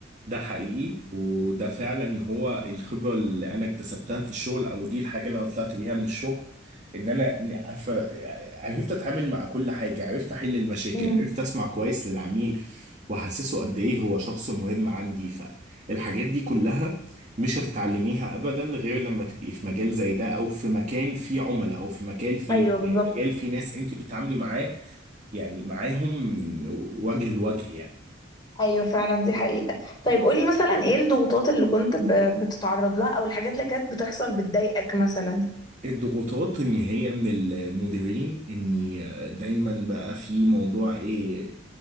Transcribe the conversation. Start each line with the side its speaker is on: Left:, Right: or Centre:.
Right: ده حقيقي وده فعلا هو الخبرة اللي أنا اكتسبتها في الشغل أو دي الحاجة اللي أنا طلعت بيها من الشغل إن أنا عارفة عرفت أتعامل مع كل حاجة عرفت أحل المشاكل
Left: امم
Right: عرفت أسمع كويس للعميل وأحسسه قد إيه هو شخص مهم عندي فالحاجات دي كلها مش هتتعلميها أبدا غير لما تبقي في مجال زي ده أو في مكان فيه عملاء أو في مكان فيه
Left: ايوه بالظبط
Right: مجال فيه ناس أنت بتتعاملي معاه يعني معاهم وجه لوجه يعني
Left: ايوه فعلا دي حقيقة طيب قولي مثلا ايه الضغوطات اللي كنت ب- بتتعرض لها او الحاجات اللي كانت بتحصل بتضايقك مثلا
Right: الضغوطات ان هي من المديرين اني دايما بقى في موضوع ايه